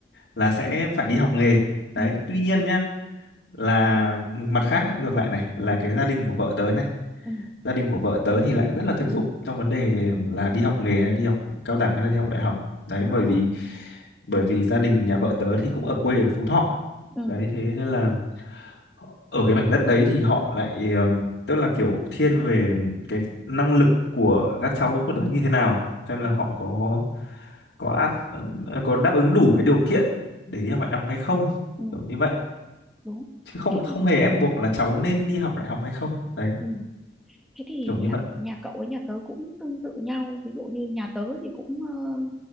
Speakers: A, on the left; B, in the centre.
A: là sẽ phải đi học nghề đấy
B: ừ
A: tuy nhiên nhá là mặt khác lại ngược lại này là cái gia đình của vợ tớ này
B: ừ
A: gia đình của vợ tớ thì lại rất là thực dụng trong vấn đề là đi học nghề hay đi học cao đẳng hay là đi học đại học đấy
B: đúng
A: bởi
B: rồi
A: vì bởi vì gia đình nhà vợ tớ thì cũng ở quê ở Phú Thọ
B: ừ
A: đấy thế nên là họ- ở cái mảnh đất đấy thì họ lại ừm, tức là kiểu thiên về cái năng lực của các cháu của nó như thế nào xem là
B: đúng
A: họ
B: rồi
A: có có áp có đáp ứng đủ cái điều kiện để đi học đại học hay không
B: ừ
A: kiểu như vậy
B: đúng
A: chứ không
B: thế
A: không
B: thì
A: hề ép buộc là cháu nên đi học đại học hay không đấy
B: ừ. thế thì
A: kiểu như
B: nhà
A: vậy
B: nhà cậu với nhà tớ cũng tương tự nhau ví dụ như nhà tớ thì cũng ờ,